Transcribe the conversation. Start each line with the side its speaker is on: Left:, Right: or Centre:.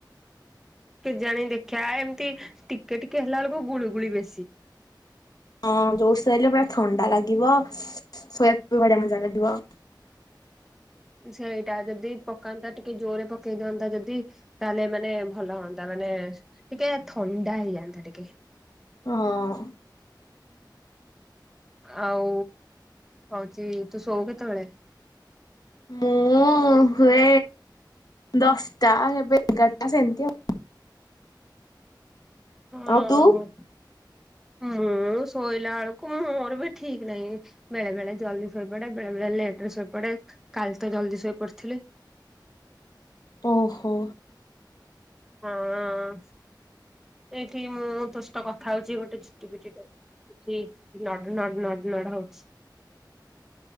Centre: କେ ଜାଣି ଦେଖିବା ଏମିତି ଟିକେ ଟିକେ ହେଲା ବେଳକୁ ଗୁଳିୁଗୁଳି ବେଶୀ।
Left: ହଁ ଜୋରସରଲେ ପୁରା ଥଣ୍ଡା ଲାଗିବ ଶୋଇବାକୁ ଭଢିଆ ମଜା ଲାଗିବ।
Centre: ସେଇଟା ଯଦି ପକାନ୍ତା ଟିକେ ଜୋରେ ପକେଇ ଦିଅନ୍ତା ଯଦି ତା ଏଲେ ମାନେ ଭଲ ହୁଅନ୍ତା ମାନେ ଟିକେ ଥଣ୍ଡା ହେଇଯାନ୍ତା ଟିକେ
Left: ହଁ
Centre: ଆଉ ହଉଛି ତୁ ଶୋଉ କେତେବେଳେ?
Left: ମୁଁ ହୁଏ ଦଶଟା ଏବେ ଏଗାରଟା ସେମିତି
Centre: ହଁ
Left: ଆଉ ତୁ?
Centre: ହୋ ମୁଁ ଶୋଇଲା ବେଳକୁ ମୋର ବି ଠିକ ନାହିଁ। ବେଳେ ବେଳେ ଜଲ୍ଦି ଶୋଇପଡେ, ବେଳେ ବେଳେ ଲେଟ ରେ ଶୋଇପଡେ, କାଲି ତ ଜଲ୍ଦି ଶୋଇ ପଡିଥିଲି।
Left: ଓହୋ।
Centre: ହଁ ଅଁ ଏଇଠି ମୁଁ ତୋ କଥା ହଉଛି, ଗୋଟେ ଚିଟି ପିଟି ଟେ ଏଠି ନଡ ନଡ ନଡ ହଉଛି।